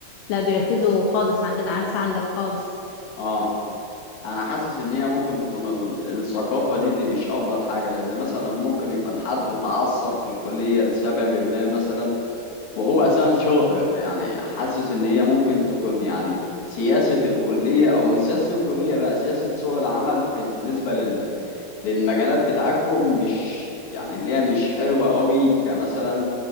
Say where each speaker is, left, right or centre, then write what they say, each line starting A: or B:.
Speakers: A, on the left (about 85°); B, on the left (about 65°).
A: لأ بيركزوا خالص عندنا عكس عندك خالص
B: اه انا حاسس ان هي ممكن تكون ال- الثقافة دي دي مش افضل حاجة لان مثلا ممكن يكون حد تعثر في الكلية لسبب ما مثلا وهو أساسا شاطر يعني حاسس إن هي ممكن تكون يعني سياسة الكلية أو مش سياسة الكلية بقى سياسة سوق العمل في بالنسبة لل... للمجالات بتاعتكم مش يعني اللي هي مش حلوة قوي كمثلا